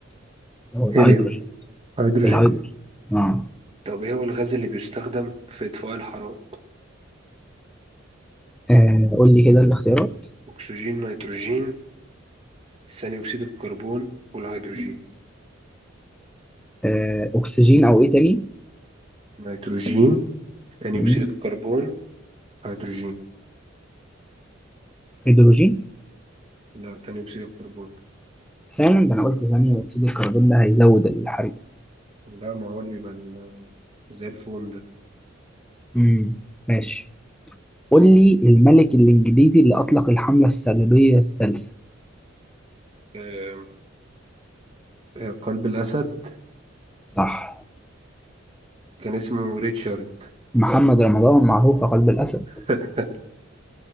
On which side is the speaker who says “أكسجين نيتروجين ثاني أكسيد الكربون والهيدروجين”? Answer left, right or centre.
Right